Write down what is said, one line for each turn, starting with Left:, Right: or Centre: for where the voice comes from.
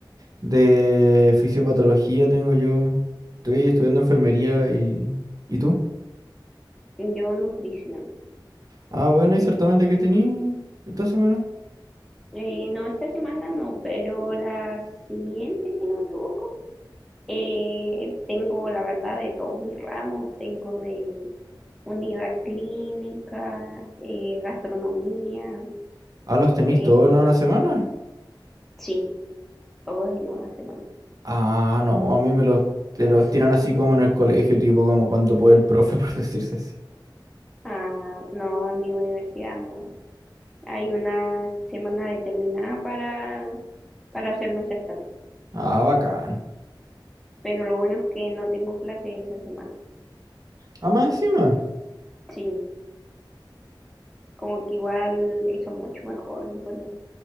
Right: De fisiopatología tengo yo. Estoy estudiando enfermería y... ¿Y tú?
Centre: Yo nutrición.
Right: Ah, bueno, ¿y certamen de qué tení esta semana?
Centre: Eh, no, esta semana no, pero la siguiente, si no me equivoco. Eh, tengo, la verdad, de todos mis ramos. Tengo de unidad clínica, eh, gastronomía.
Right: Ah, los tenéis
Centre: eh,
Right: todos en una semana.
Centre: sí, todos en una semana.
Right: Ah, no, a mí me los, te los tiran así como en el colegio, tipo como cuanto puede el profe, <laughs> por decirse así.
Centre: Ah, no, en mi universidad no. Hay una semana determinada para, para hacer los certámenes,
Right: Ah, bacán.
Centre: pero lo bueno es que no tengo clase esa semana.
Right: Ah, más encima.
Centre: Sí, como que igual hizo mucho mejor, encuentro.